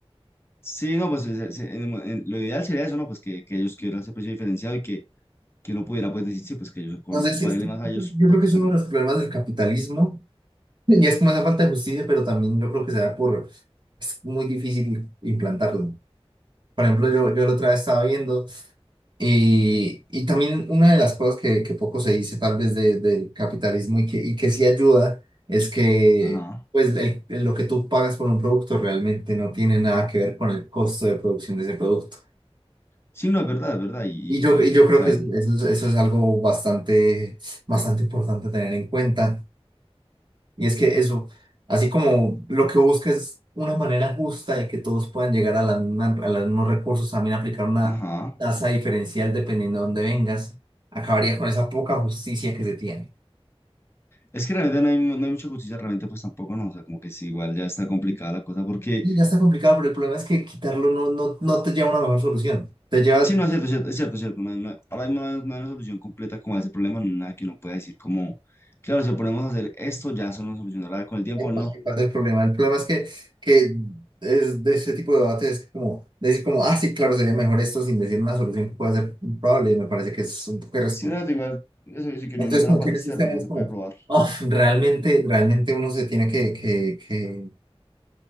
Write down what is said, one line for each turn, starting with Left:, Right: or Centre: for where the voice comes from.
Left: sí, no, pues se- se- en el mo- en- lo ideal sería eso, ¿no? Pues que, que ellos quieran ese precio diferenciado y que, que uno pudiera pues decir, sí, pues que ellos cobren,
Right: no sé
Left: que
Right: si
Left: paguenle
Right: es que-
Left: más a ellos
Right: yo
Left: porque
Right: creo que es
Left: son...
Right: uno de los problemas del capitalismo, y es como esa falta de justicia, pero también yo creo que se da por, es muy difícil implantarlo. Por ejemplo, yo, yo la otra vez estaba viendo Y, y también una de las cosas que, que poco se dice tal vez de- del capitalismo y que, y que sí ayuda es que
Left: Ajá.
Right: pues el- el- lo que tú pagas por un producto realmente no tiene nada que ver con el costo de producción de ese producto.
Left: Sí, no, es verdad, es verdad. Y, y,
Right: Y yo, y yo
Left: y, o
Right: creo
Left: sea,
Right: que eso,
Left: el-
Right: es- eso es algo bastante, bastante importante a tener en cuenta Y es que eso, así como lo que busca es una manera justa de que todos puedan llegar a, la misma- a los mismos recursos, también aplicar una
Left: ajá.
Right: tasa diferencial dependiendo de dónde vengas, acabaría con esa poca justicia que se tiene.
Left: Es que realmente no hay, mu- no hay mucha justicia, realmente, pues tampoco, no. O sea, como que sí, igual ya está complicada la cosa, porque
Right: Y ya está complicado, pero el problema es que quitarlo no, no, no te lleva a una mejor solución. Te lleva...
Left: sí, no, es cierto, es cierto, es cierto. es cierto, no, hay- no- hay- ahora mismo no hay, no hay una solución completa como a ese problema, no hay nada que uno pueda decir, como, claro, si ponemos a hacer esto, ya eso nos solucionará con el tiempo,
Right: Ahí pa-
Left: no.
Right: ahí pasa el problema. El problema es que, que es de ese tipo de debates es como decir como, ah, sí, claro, sería mejor esto sin decir una solución que pueda ser probable. Me parece que es un poco irresponsable.
Left: Sí, no, igual, eso dice que
Right: Entonces,
Left: no hay ninguna
Right: como
Left: para
Right: que en
Left: testear,
Right: esos temas,
Left: pues no se
Right: como,
Left: puede probar.
Right: uf, realmente, realmente uno se tiene que, que, que